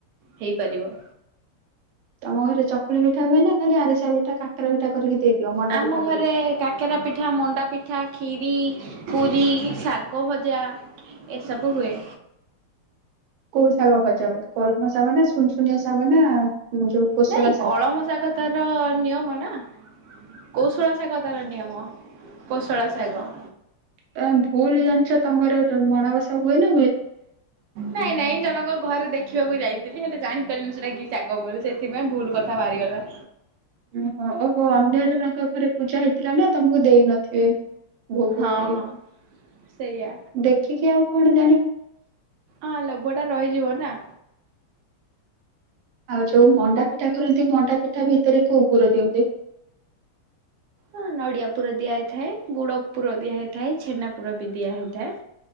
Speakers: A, on the right (about 90°); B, on the right (about 70°).
A: ହେଇପାରିବ।
B: ତମ ଘରେ ଚକୁଳି ପିଠା ହୁଏ ନା ଖାଲି ଆରିଶା ପିଠା କାକରା ପିଠା କରିକି ଦେଇଦିଅ ମଣ୍ଡା
A: ଆମ
B: ପିଠା
A: ଘରେ
B: କରିକି
A: କାକେରା ପିଠା, ମଣ୍ଡା ପିଠା, ଖିରି, ପୁରୀ, ଶାଗ ଭଜା ଏସବୁ ହୁଏ।
B: କୋଉ ଶାଗ ଭଜା ହୁଏ କଳମ ଶାଗନା ସୁନୁସୁନିଆ ଶାଗନା ଯୋଉ କୋସଳା
A: ନାଇଁ
B: ଶାଗ?
A: କଳମ ଶାଗ ତାର ନିୟମ ନା। କୌଶଳା ଶାଗ ତାର ନିୟମ କୌଶଳା ଶାଗ।
B: ଏହା ଭୁଲ୍ ଜାଣିଚ ତମ ଘରେ ମଣବସା ହୁଏନା
A: ନାଇଁ ନାଇଁ ଜଣଙ୍କ ଘରେ ଦେଖିବାକୁ ଯାଇଥିଲି ହେଲେ ଜାଣିପାରିଲିନି ସେଟା କିଶାଗ ବୋଲି ସେ ସେଥିପାଇଁ ଭୁଲ୍ କଥା ବାହାରିଗଲା।
B: ଓହୋ ଓହୋ ଅନ୍ୟ ଜଣଙ୍କ ଘରେ ପୂଜା ହେଇଥିଲାନା ତମକୁ ଦେଇ ନଥିବେ। ଭୋଗ
A: ହଁ
B: ଖାଇବାକୁ,
A: ହଁ ସେଇଆ
B: ଦେଖିକି ଆଉ କଣ ଜାଣି
A: ଆ ଲୋଭଟା ରହିଯିବନା।
B: ଆଉ ଯୋଉ ମଣ୍ଡା ପିଠା କରନ୍ତି ମଣ୍ଡା ପିଠା ଭିତରେ କଉ ପୁର ଦିଅନ୍ତି?
A: ହଁ ନଡ଼ିଆ ପୁର ଦିଆ ହୋଇଥାଏ, ଗୁଡ଼ ପୁର ଦିଆ ହେଇଥାଏ, ଛେନା ପୁରବି ଦିଆ ହେଇଥାଏ।